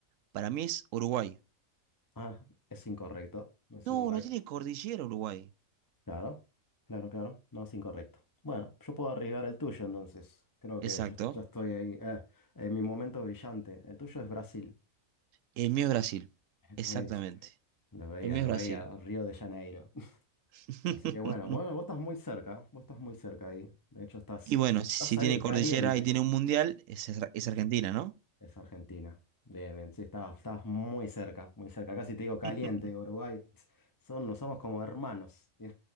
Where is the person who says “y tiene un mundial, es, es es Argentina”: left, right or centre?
Right